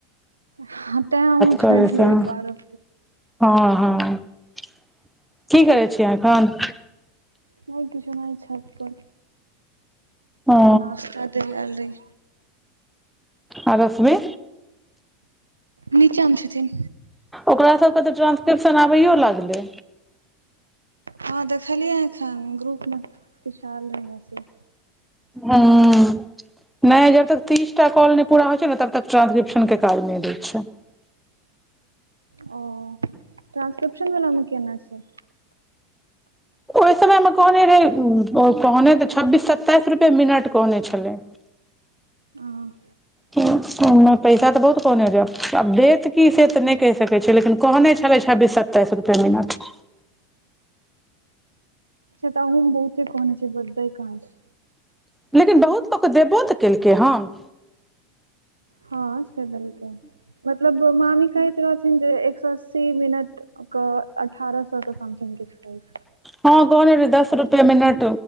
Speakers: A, on the right; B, in the centre.
A: हँ तें हमहुँ
B: करैसँ
A: छोड़ देलिये बारह
B: हँ हँ की करै छियै आहा एखन
A: अओर किछु नहि छल
B: ओ
A: नाश्ता दय लेल आएल रहिये
B: आ <unintelligible> रश्मी
A: नीचा मे छथिन
B: ओकरा सभ के तऽ ट्रानंसक्रिप्शन आबैयो लागलै
A: हँ देखलियै हा एखन ग्रुप मे किछु आयल रहै
B: हुँ नहि जब तक तीस टा कॉल नहि पूरा होइ छै ने तब तक ट्रांसक्रिप्श के काज नहि दै छै
A: ओ ट्रांसक्रिपशन वाला मे केना छै
B: ओहि समय मे कहने रहे ओ कहने तऽ छब्बीस सत्ताइस रुपये मिनट कहने छलै
A: हँ
B: ओ ओना पैसा तऽ बहुत कोहने या आब देत की से तऽ नहि कहि सकैत छी लेकिन कहने छलै छब्बीस सत्ताइस रूपये मिनट
A: से तऽ अहु मे बहुते कहने छै पर दई कहाँ छै
B: लेकिन बहुत लोक के देबो तऽ केलकै हन
A: हँ से दलके हन मतलब <unintelligible> मामी कहैत र जे एक सौ अस्सी मिनट के अठारह सौ कऽ समथिंग किछु कह छै
B: हँ कहने रहे दस रुपेये मिनट